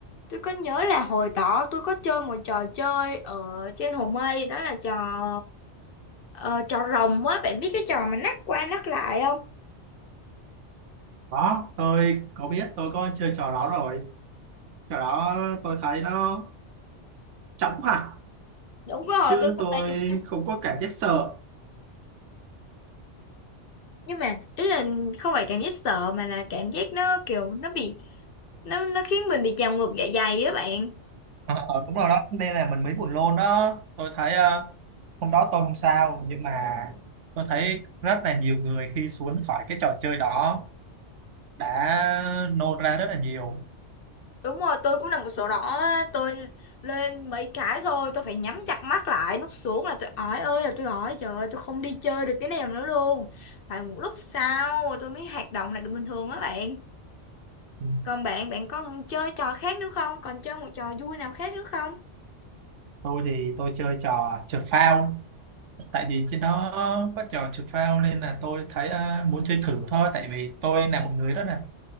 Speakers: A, on the left; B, on the right.
A: tôi có nhớ là hồi đó tôi có chơi một trò chơi ở trên Hồ Mây đó là trò ờ, trò rồng á, bạn biết cái trò mà nắc qua nắc lại không?
B: đó tôi có biết tôi có chơi trò đó rồi trò đó tôi thấy nó chóng hẳn
A: đúng rồi
B: chứ
A: tôi không
B: tôi
A: tay chúng anh
B: không có cảm giác sợ
A: nhưng mà ý là không phải cảm giác sợ mà là cảm giác nó kiểu nó bị nó nó khiến mình bị trào ngược dạ dày á bạn
B: Ờ, đúng rồi đó nên là mình mới buồn lôn đó tôi thấy ờ, hôm đó tôi không sao nhưng mà tôi thấy rất là nhiều người khi xuống khỏi cái trò chơi đó đã nôn ra rất là nhiều
A: đúng rồi tôi cũng là một sổ đỏ á, tôi lên mấy cái thôi tôi phải nhắm chặt mắt lại nút xuống là tôi ói ơi là tôi ói trời ơi tôi không đi chơi được cái nào nữa luôn phải một lúc sau tôi mới hoạt động lại được bình thường á bạn
B: Ừ.
A: còn bạn bạn có chơi trò khác nữa không còn chơi một trò vui nào khác nữa không
B: tôi thì tôi chơi trò trượt phao tại vì trên đó có trò trượt phao nên là tôi thấy ờ, muốn chơi thử thôi tại vì tôi là một người rất là